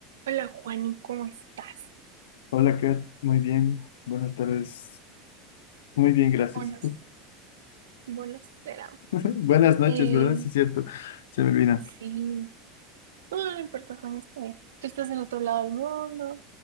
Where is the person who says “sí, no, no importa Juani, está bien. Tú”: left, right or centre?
Right